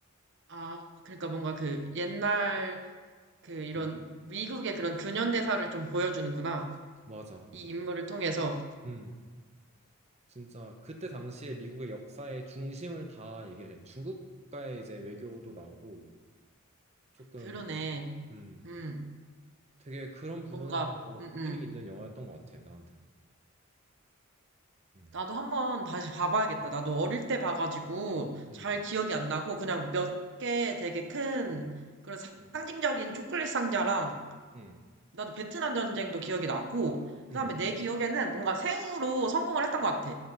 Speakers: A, on the right; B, on the right.
A: 아, 그러니까 뭔가 그 옛날 그 이런
B: 음.
A: 미국의 그런 근현대사를 좀 보여주는구나.
B: 맞아
A: 이 인물을 통해서.
B: 음. 진짜 그때 당시에 미국의 역사의 중심을 다 얘기를 해. 중국과의 이제 외교도 나오고 조금
A: 그러네.
B: 음
A: 음,
B: 되게 그런 부분에서
A: 뭔가, 음, 음.
B: 의미 있는 영화였던 것 같아 나한테는. 음,
A: 나도 한번 다시 봐봐야겠다. 나도 어릴 때 봐가지고 잘
B: 음,
A: 기억이 안 나고 그냥 몇 개 되게 큰 그런
B: 음,
A: 상징적인 초콜릿 상자랑
B: 음,
A: 나도 베트남 전쟁도 기억이 나고 그다음에
B: 음,
A: 내 기억에는 뭔가 새우로 성공을 했던 것 같아.